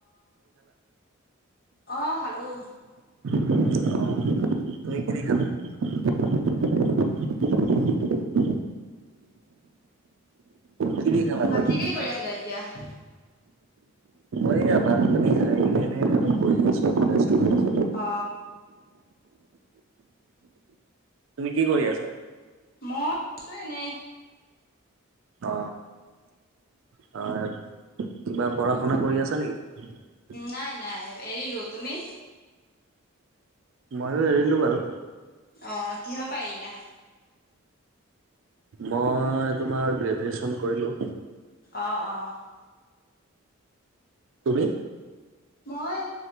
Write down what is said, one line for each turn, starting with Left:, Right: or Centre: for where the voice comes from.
Left: অ-অ খালোঁ।
Right: <unintelligible> অ কি দি খালা ভাত?
Left: বাকী কি কৰি আছিলা এতিয়া?
Right: এইয়া ভাত-পানী খাই কেনে অলপ বহি আছোঁ। <unintelligible>
Left: অ
Right: তুমি কি কৰি আছা?
Left: মই আছো এনে।
Right: অ হয়, কিবা পঢ়া শুনা কৰি আছে নেকি?
Left: নাই-নাই এৰিলো, তুমি?
Right: মইয়ো এৰিলো বাৰু।
Left: অ কিহ পা এৰিলা
Right: মই তোমাৰ গ্ৰেজুৱেশ্যন কৰিলোঁ।
Left: অঁ অঁ
Right: তুমি?
Left: মই